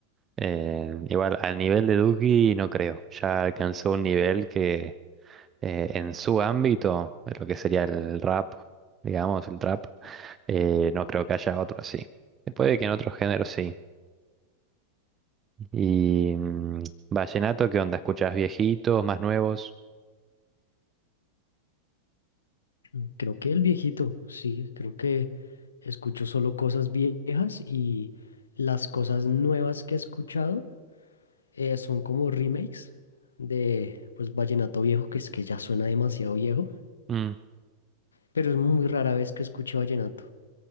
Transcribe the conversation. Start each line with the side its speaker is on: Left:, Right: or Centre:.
Right: Eh, igual, al nivel de Duki no creo. Ya alcanzó un nivel que eh, en su ámbito, lo que sería el rap, digamos, el trap, eh, no creo que haya otro así. Puede que en otros géneros sí. Y mm, vallenato, ¿qué onda? ¿Escuchas viejitos, más nuevos?
Left: Mm, Creo que el viejito, sí, creo que escucho solo cosas viejas y las cosas nuevas que he escuchado eh, son como remakes de pues vallenato viejo, que es que ya suena demasiado viejo,
Right: Mm,
Left: pero es muy rara vez que escucho vallenato.